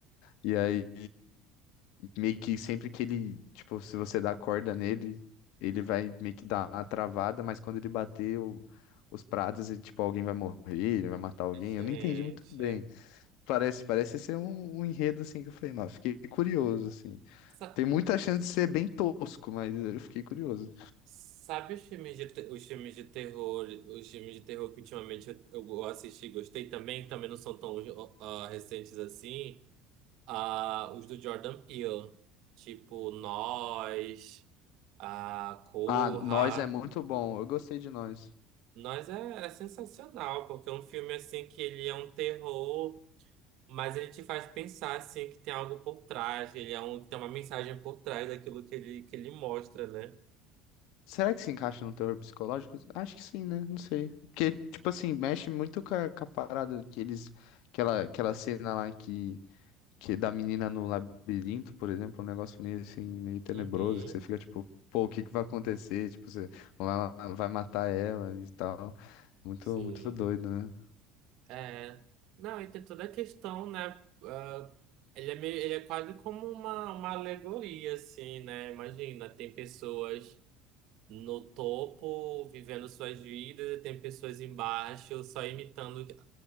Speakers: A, on the left; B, on the right.
A: E aí, meio que sempre que ele, tipo, se você dá corda nele, ele vai meio que dar uma travada, mas quando ele bater o- os pratos, ele, tipo, alguém vai morrer, ele vai matar alguém.
B: gente.
A: Eu não entendi muito bem. Parece, parece ser um, um enredo, assim, que eu falei, nossa, fiquei curioso, assim.
B: Sa-
A: Tem muita chance de ser bem tosco, mas eu fiquei curioso.
B: sabe os filmes de, te- os filmes de terror, os filmes de terror que ultimamente eu, eu assisti e gostei também, que também não são tão ah, recentes assim. Ah, os do Jordan Peele. Tipo, Nós, a Corra.
A: Ah, Nós é muito bom. Eu gostei de Nós.
B: Nós é, é sensacional, porque é um filme assim que ele é um terror, mas ele te faz pensar assim que tem algo por trás, que ele é um, tem uma mensagem por trás daquilo que ele, que ele mostra, né?
A: Será que se encaixa no terror psicológico? Acho que sim, né? Não sei. Porque, tipo assim, mexe muito com a, com a parada que eles. Aquela, aquela cena lá que, que da menina no labirinto, por exemplo, um negócio meio assim, meio tenebroso,
B: Uhum,
A: que você fica tipo, pô, o que que vai acontecer? Tipo, você lá vai matar ela e tal. Muito,
B: sim.
A: muito doido, né?
B: É. Não, e tem toda a questão, né? ah, ele é meio, ele é quase como uma, uma alegoria, assim, né? Imagina, tem pessoas no topo vivendo suas vidas e tem pessoas embaixo só imitando o que,